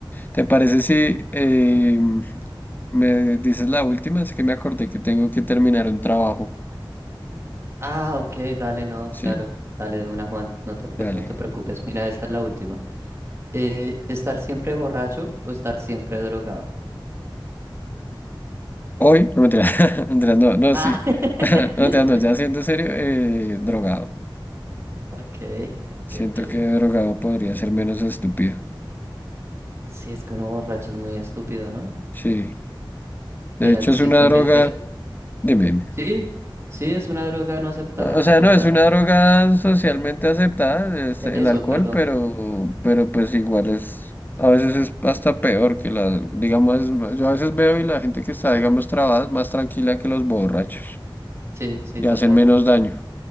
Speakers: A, on the left (about 20°); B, on the right (about 30°).
A: ¿Te parece si eh, me dices la última? Es que me acordé que tengo que terminar un trabajo.
B: Ah, ok, dale, no,
A: Sí,
B: claro, dale de una, Juan, no te, pu-
A: dale.
B: no te preocupes, mira, esta es la última. Eh, ¿estar siempre borracho o estar siempre drogado?
A: Hoy, no mentiras, mentiras, <laughs> no, no,
B: Ah,
A: sí.
B: <laughs>
A: <laughs> No, mentiras, no, ya siendo serio, eh, drogado.
B: Ok, ok,
A: Siento
B: ok.
A: que drogado podría ser menos estúpido.
B: Sí, es que uno borracho es muy estúpido, ¿no?
A: Sí.
B: Mira,
A: De hecho,
B: el 53.
A: es una droga. Dime, dime.
B: Sí, sí, es una droga no aceptada,
A: O sea,
B: total.
A: no es una droga socialmente aceptada, es
B: Eso,
A: el alcohol,
B: perdón.
A: pero, pero pues igual es, a veces es hasta peor que la digamos, yo a veces veo y la gente que está, digamos, trabada es más tranquila que los borrachos
B: Sí, sí,
A: y
B: total.
A: hacen menos daño.